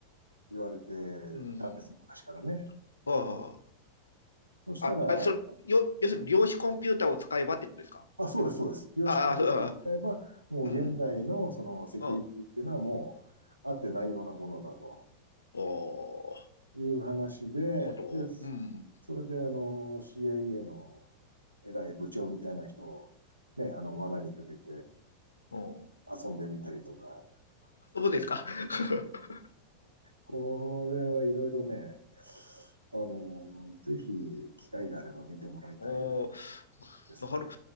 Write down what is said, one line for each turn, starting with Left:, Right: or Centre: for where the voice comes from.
Right: 言われて
Left: うん。
Right: たんですよ、昔からね。
Left: は
Right: そしたら、
Left: あ。あ、あ、それ、よ、要するに量子コンピューターを使えばってことですか
Right: あ、そうです、そうです。量子コンピューターを使えば、
Left: ああ、そうあ、
Right: もう現代のそのセキュリティっていうのはもう、
Left: うん、うん、うん。あ
Right: あってないようなものだと。
Left: あ、
Right: いう話で、
Left: なるほど。
Right: で、
Left: うん、
Right: それであの CIA の偉い部長みたいな人をね、あの罠にかけて
Left: うん。
Right: 遊んでみたりとか、
Left: そうですか。<laughs>
Right: これはいろいろね、あの、ぜひ機会があれば見てもらいたい
Left: お
Right: ですね。
Left: る。